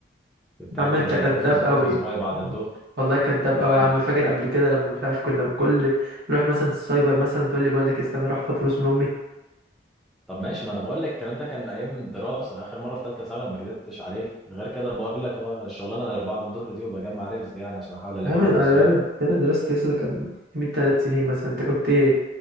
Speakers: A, in the centre; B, on the right (about 60°).
A: بتاع
B: يا عم
A: كده
B: انت كداب
A: اوفيس
B: قوي
A: اوفيس باي بعد الظهر
B: والله كداب
A: بجمع
B: قوي يا عم فاكر قبل كده لما مش عارف كنا كل نروح مثلا السايبر مثلا تقول لي بقول لك استنى اروح اخد فلوس من امي
A: طب ماشي ما انا بقول لك الكلام ده كان ايام الدراسه اخر مره في ثالثه ثانوي ما كدبتش عليك غير كده بقول لك اه الشغلانه اللي بعد الظهر دي وبجمع رزق يعني عشان احاول الحق
B: أيام أيام
A: على المصاريف
B: أيام دراستي يا اسطى ده كان من تلات سنين مثلا أنت كنت إيه؟ ده